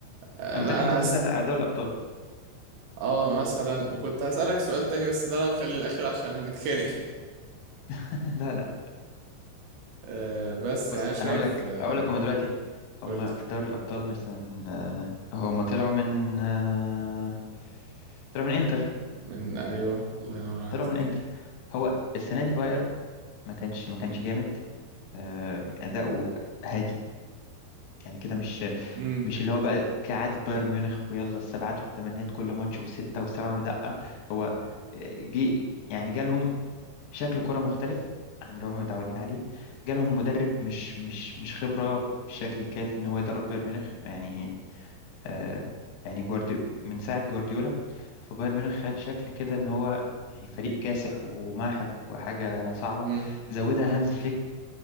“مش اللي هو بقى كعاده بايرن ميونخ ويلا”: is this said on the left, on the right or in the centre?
Left